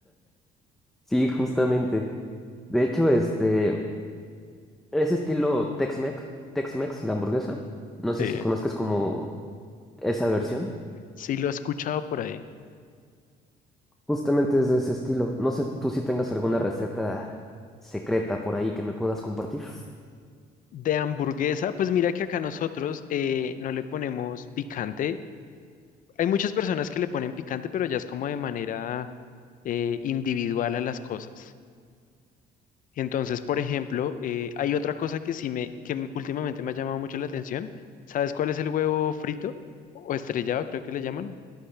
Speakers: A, in the centre; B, on the left.
A: sí, justamente. De hecho, este... Es estilo Tex-Mex, Tex-Mex, la hamburguesa. No
B: Sí,
A: sé si conozcas como esa versión.
B: sí lo he escuchado por ahí.
A: Justamente es de ese estilo. No sé tú si tengas alguna receta secreta por ahí que me puedas compartir.
B: De hamburguesa, pues mira que acá nosotros eh, no le ponemos picante. Hay muchas personas que le ponen picante, pero ya es como de manera eh, individual a las cosas. Entonces, por ejemplo, eh, hay otra cosa que sí me, que m- últimamente me ha llamado mucho la atención. ¿Sabes cuál es el huevo frito o estrellado, creo que le llaman?